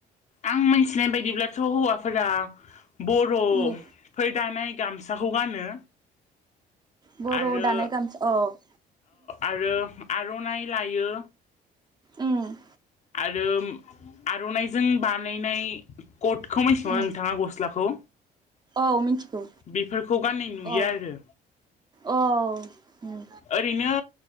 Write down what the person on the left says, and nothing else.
आं मिथिनाय बायदिब्लाथ' हौवाफोरा बर'
फोर दानाय गामसाखौ गानो
आरो
आरो आर'नाइ लायो
आरो आर'नाइजों बानायनाय कटखौ मिथिगौ
ना नोंथाङा गस्लाखौ
बेफोरखौ गाननाय नुयो
आरो
ओरैनो